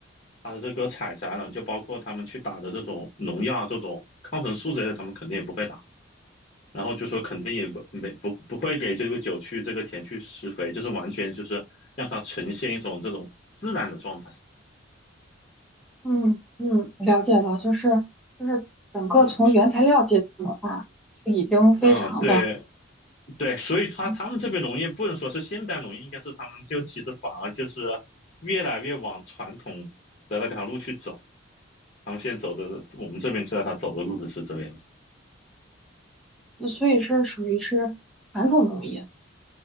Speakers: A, on the left; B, in the centre.
A: 它的这个采摘了，就包括他们去打的这种农药啊、这种抗生素之类的，他们肯定也不会打，然后就说肯定也不没不不会给这个酒去这个田去施肥，就是完全就是让它呈现一种这种自然的状态。
B: 嗯嗯，了解了，就是就是整个从原材料阶段的话，
A: 嗯
B: 就已经非常的，
A: 嗯，对对，所以他他们这边农业不能说是现代农业，
B: 嗯，
A: 应该是他们就其实反而就是越来越往传统的那条路去走。他们现在走的，我们这边知道他走的路子是这样的
B: 那所以是属于是传统工艺，